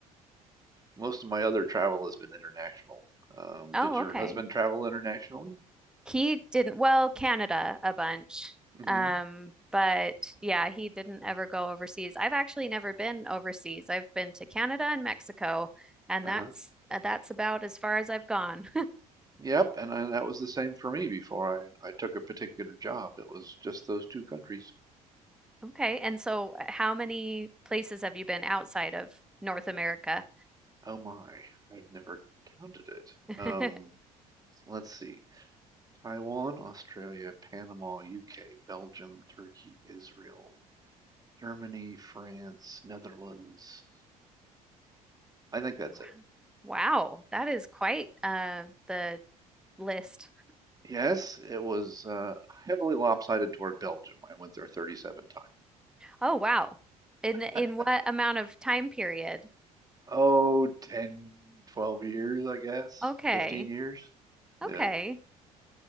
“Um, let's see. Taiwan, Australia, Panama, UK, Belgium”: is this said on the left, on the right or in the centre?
Right